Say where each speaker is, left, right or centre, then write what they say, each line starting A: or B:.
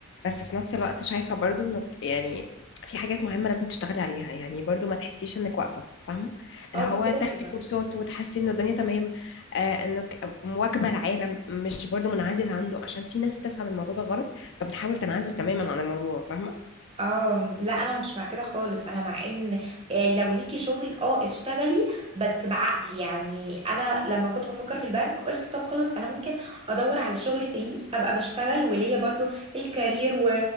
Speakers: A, on the left; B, on the right.
A: بس في نفس الوقت شايفة برضو انك يعني في حاجات مهمة لازم تشتغلي عليها يعني برضو ما تحسيش انك واقفة فاهمة اللي
B: اه
A: هو
B: ده كده
A: تاخدي
B: كده
A: كورسات وتحسي ان الدنيا تمام آه انك مواكبة العالم مش برضو منعزل عنده عشان في ناس بتفهم الموضوع ده غلط فبتحاول تنعزل تماما عن الموضوع فاهمة
B: اه لا انا مش مع كده خالص انا مع ان آه، لو ليكي شغل اه اشتغلي بس بعقل يعني انا لما كنت بفكر في البنك قلت طب خلاص انا ممكن ادور على شغل تاني ابقى بشتغل وليا برضو الكارير و...